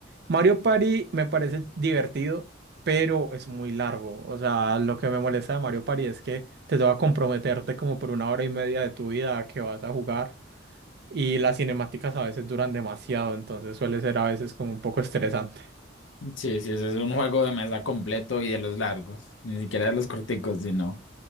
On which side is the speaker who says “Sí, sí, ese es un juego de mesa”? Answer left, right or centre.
Left